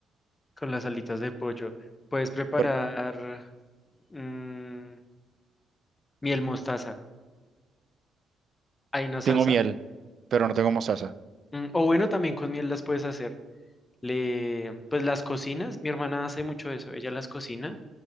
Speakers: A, on the left (about 20°); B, on the right (about 40°).
A: Con las alitas de pollo. Puedes preparar
B: porque
A: mm, miel mostaza. Hay una salsa
B: tengo miel, pero no tengo mostaza.
A: Mm, O bueno, también con miel las puedes hacer. Le, pues las cocinas, mi hermana hace mucho eso, ella las cocina,